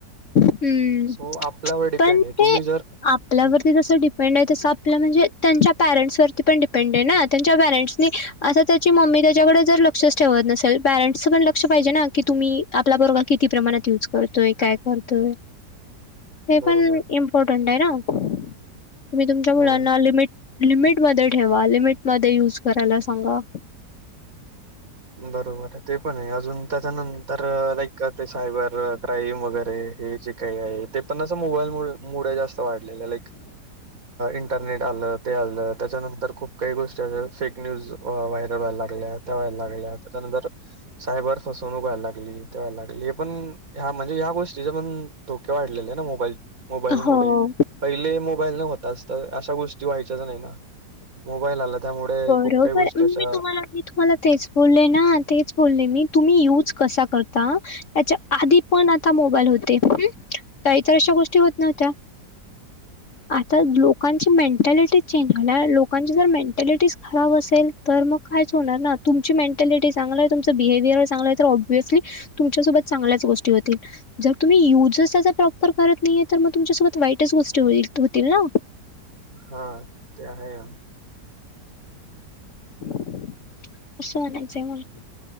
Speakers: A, on the left; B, on the right.
A: हम्म
B: सो आपल्यावर डिपेंड
A: पण
B: आहे तुम्ही
A: ते
B: जर हम्म,
A: आपल्यावरती तस म्हण तसं आपलं म्हणजे त्यांच्या पॅरेंट्सवरती पण डिपेंड आहे ना त्यांच्या पॅरेंट्सनी असता त्याची मम्मी त्याच्याकडे जर लक्षच ठेवत नसेल पॅरेंटसचं पण लक्ष पाहिजे ना की तुम्ही आपला बरोबर किती प्रमाणात युज करतोय काय करतो हे
B: बरोबर
A: पण इम्पॉर्टंट आहे ना तुम्ही तुमच्या मुलांना
B: हा
A: लिमिट लिमिटमध्ये ठेवा लिमिटमध्ये युज करायला सांगा
B: बरोबर आहे ते पण आहे अजून त्याच्यानंतर लाईक ते सायबर क्राईम वगैरे हे जे काही आहे ते पण असं मोबाईल मु जास्त वाढ लाक इंटरनेट आलं ते आलं त्याच्यानंतर खूप काही गोष्टी फेक न्यूज व्हायरल व्हायला लागल्या त्या व्हायला लाग च्यानंतर साहेबर ू व्हायला लागली ते व्हायला लागली पण ह म्हणजे ह्या गोष्टी पण धोके वाढले ना मोबाईल मोबाईल
A: हो
B: मु पहिले मोबाईल नाही होताच तर अशा गोष्टी व्हायच्याच नाही ना मोबाईल आला त्यामुळे
A: बरोबर
B: खूप काही गोष्टी
A: मी
B: अशा
A: तुम्हाला मी तुम्हाला तेच बोलले ना तेच बोलले मी तुम्ही युज कसा करता त्याच्या आधी पण आता मोबाईल होते काहीतर अशा गोष्टी होत नव्हत्या आता लोकांची मेंटॅलिटी चेंज हो लोकांची जरें खब असेल तर मग काही होणार ना तुमची मेंटॅलिटी चांग तुम बहेयर चांग ली तुमच्यासोबत चांगल्याच गोष्टी होतील जर तुम्ही युज त्याचा प्रॉपर करत नाहीे तर मग तुमच्यासोबत वाईटच गोष्टी होतील ना
B: हा ते आहे ना
A: कसं म्हनायच आहे म्हण